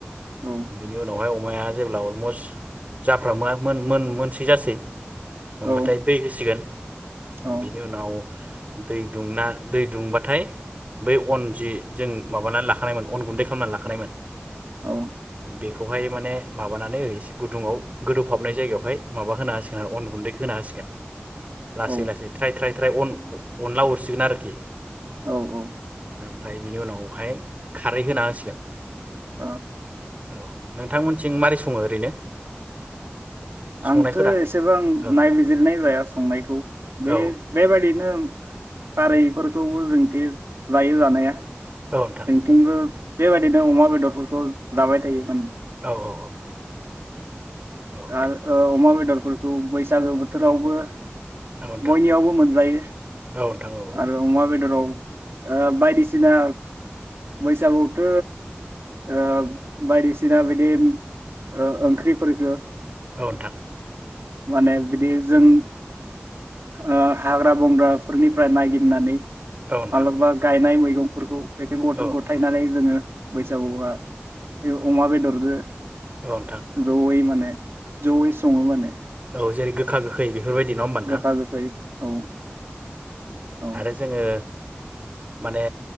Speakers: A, on the right; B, on the right.
A: औ
B: बिनि उनाव। माय अमाया जेब्ला अलमस्ट जाफ्र <unintelligible> मो‌ मो मो मोनसै जासै। होमबाथाय
A: औ
B: दै होसिगोन।
A: औ
B: बिनि नाव। दै दुंना दै दुंबाथाय बै अन जि जों माबानानै लाखानायमोन अन गुन्दै खालामनानै लाखानायमोन।
A: औ।
B: बेखौहाय माने माबानानै ओरैसे गुदुंङआव गोदौफाबनाय जायगायावहाय माबा होना होसिगोन आरो अन गुन्दैखौ होना होसिगोन। लासै
A: औ
B: लासै। फ्राय थ्राय थ्राय अन-अनला हरसिगोन आरोखि।
A: औ औ।
B: ओमफ्राय बिनि उनावहाय खारै होना होसिगोन।
A: आ।
B: औ नोंथां मोनथिं मोरै सङो ओरैनो? संनायफोरा
A: आंथ एसेबां
B: औ
A: नायबिजिरनाय जाया संनायखौ। बे-बेबादिनो‌
B: औ
A: खारैफोरखौबो जोंथि जायो जानाया।
B: औ नोंथां
A: जोंथिबो बेबायदिनो अमा बेदरफोरखो जाबाय थायोमोन।
B: औ औ औ औ।
A: आ ओ अमा बेदर फोरखौ बैसागो बोथोरावबो
B: नोंथां औ नोंथां
A: बयनियावबो मोनजायो।
B: औ नोंथां औ
A: आरो अमा बेदराव ओ बायदिसिना बैसागुआवथ' ओ बायदिसिना बिदि ओ ओंख्रिफोरखो
B: औ नोंथां।
A: माने बिदि जों ओ हाग्रा बंग्राफोरनिफ्राय नायगिदनानै
B: औ नोंथां
A: मालाबा गायनाय मै गंफोरखौ <unintelligible> गद
B: औ
A: गथायनानै जोङो बैसागुआ बे अमा बेदरजो
B: औ नोंथां
A: जौयै माने जयै सङो माने
B: औ जेरै गोखा गोखै बेफोरबायदि नङा होनबा नोंथां?
A: गोखा गोखै औ औ
B: आरो जोङो माने